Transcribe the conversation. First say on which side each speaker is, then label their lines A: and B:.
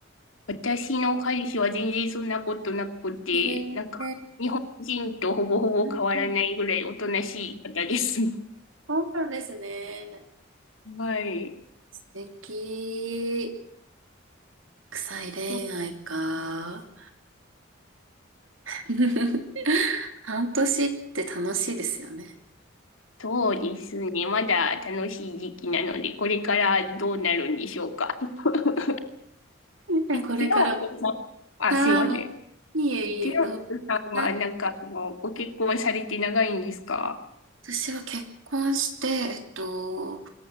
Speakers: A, on the left (about 90°); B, on the right (about 75°).
A: 私の彼氏は全然そんなことなくて、
B: へえ、
A: なんか、日本人とほぼほぼ変わらないぐらいおとなしい方です。
B: うんそうなんですね。
A: はい。
B: 素敵。臭い恋愛か。
A: でも
B: <laughs> 半年って楽しいですよね。
A: そうですね。まだ楽しい時期なので、これからどうなるんでしょうか。<laughs>
B: ねこれから、
A: え、ティラノさん、あ、
B: は
A: すいません。
B: い。いえいえ、
A: ティラノさんは、
B: どうぞはい。
A: なんか、あの、ご結婚されて長いんですか
B: 私は結婚して、えっと、